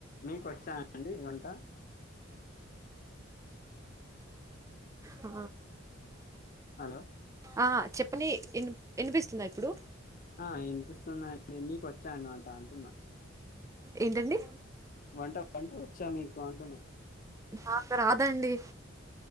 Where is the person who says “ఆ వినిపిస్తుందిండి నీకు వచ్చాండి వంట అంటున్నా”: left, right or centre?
Left